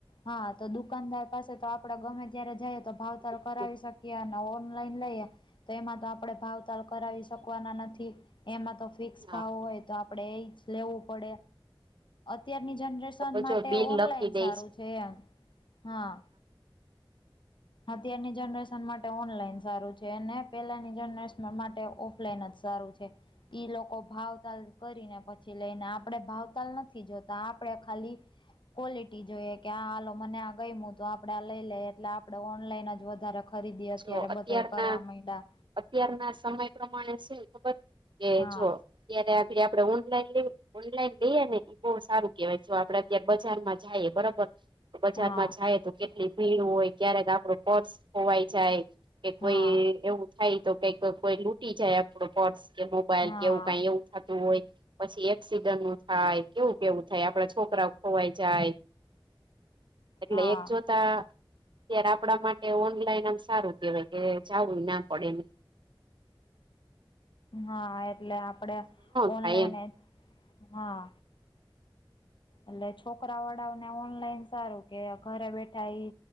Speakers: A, on the left; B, on the right.
A: હા તો દુકાનદાર પાસે તો આપળે ગમે ત્યારે જઈએ તો ભાવતાલ
B: હા
A: કરાવી શકીએ અન ને ઓનલાઈન લઈએ તો એમાં તો આપળે ભાવતાલ કરાવી શકવાના નથી એમાં તો ફિક્સ
B: હા
A: ભાવ હોય તો આપડે ઈ જ લેવું પડે અત્યારની જનરેશન
B: તો
A: માટે
B: જો બિલ
A: ઓનલાઈન
B: લખી દે
A: સારું છે એમ હા અત્યારની જનરેશન માટે ઓનલાઈન સારું છે અને પેલાની જનરેશન માટે ઓફ લાઈન જ સારું છે ઈ લોકો ભાવતાલ કરીને પછી લે ને આપડે ભાવતાલ નથી જોત તાં આપળે ખાલી ક્વોલિટી જોઈએ કે આ હાલો મને આ ગયમુ તો આપળે આ લઈ લઈએ એટલે આપડે ઓનલાઈન જ વધારે ખરીદી અત્યારે
B: જો અત્યારના
A: બધાએ કરવા મૈડા.
B: અત્યારના સમય પ્રમાણે શું ખબર કે
A: હા
B: જો ત્યારે <unintelligible> આપળે ઓનલાઈન <unintelligible> ઓનલાઈન લઈએ ને ઈ બો સારું કેવાય જો આપળે અત્યારે બજારમાં જાએ બરાબર બજારમાં
A: હા
B: જાએ તો કેટલી ભીડ હોય ક્યારેક આપળુ પર્સ ખોવાઈ જાય કે કોઈ
A: હા
B: એવું થાય તો કઈક કોઈ લૂટી જાય આપળુ પર્સ કે મોબાઈલ
A: હા
B: કે એવું કાંઈ એવું થાતું હોય પસી એક્સિડન્ટ નું થાય કેવું કેવું થાય આપળા છોકરા ખોવાઈ જાય એટલે
A: હા
B: એક જોતા અત્યારે આપળા માટે ઓનલાઈન આમ સારું કેવાય કે જાવુ ના પડે એમ
A: હા એટલે આપડે
B: થાય
A: ઓનલાઈ
B: એમ
A: એજ હા એટલે છોકરા વાળાઓને ઓનલાઈન સારું કે ઘરે બેઠા ઈ